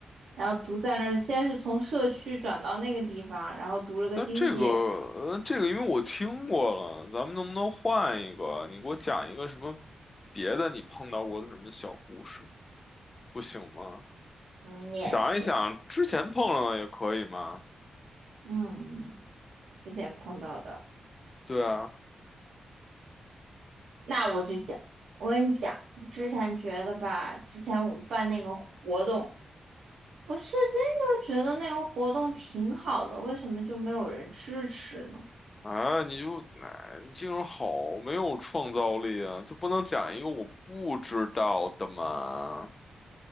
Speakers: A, on the right; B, on the left.
A: 然后读在那儿，先是从社区转到那个地方，然后读了个经济，
B: 那这个，呃，这个，因为我听过了，咱们能不能换一个？你给我讲一个什么别的你碰到过的什么小故事，不行吗？
A: 嗯，也行，
B: 想一想之前碰上的也可以吗？
A: 嗯，之前碰到的，
B: 对啊，
A: 那我就讲，我跟你讲，我之前觉得吧，之前我们办那个活动。我是真的觉得那个活动挺好的，为什么就没有人支持呢？
B: 啊，你就，哎，你这个人好没有创造力啊，就不能讲一个我不知道的吗？